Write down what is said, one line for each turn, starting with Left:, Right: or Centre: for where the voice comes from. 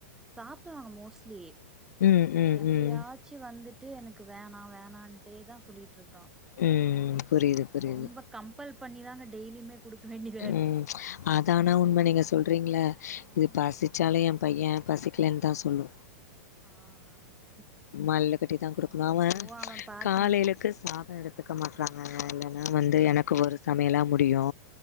Centre: சாப்டுவாங்க மோஸ்ட்லி
Left: ம் ம்
Centre: எப்பையாது
Left: ம்
Centre: ச்சு வந்துட்டு எனக்கு வேணா வேணான்ட்டே தா சொல்லிகிட்ருக்கா
Left: ம் ம் புரியுது புரியுது
Centre: ரொம்ப கம்பல் பண்ணி தாங்க டெய்லியுமே குடுக்க வேண்டிய
Left: ம் அதானா உண்ம நீங்க சொல்றீங்கள
Centre: ம்
Left: இது பசிச்சாலு எ பையே பசிக்கலேன்தா சொல்லு
Centre: ஆ ஆமா
Left: மல்லு கட்டி தா குடுக்கணு அவே
Centre: போவா அவ பாத்தீங்
Left: காலையிலக்கு சாதோ எடுத் துக்க மாட்றாங்கங்க இல்லேன்னா
Centre: ஆ
Left: வந்து எனக்கு ஒரு சமையலா முடியு